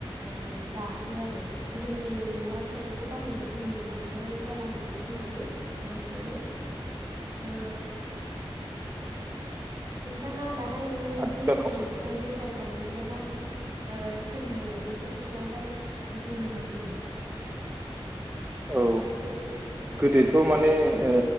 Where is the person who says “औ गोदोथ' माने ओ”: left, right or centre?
Right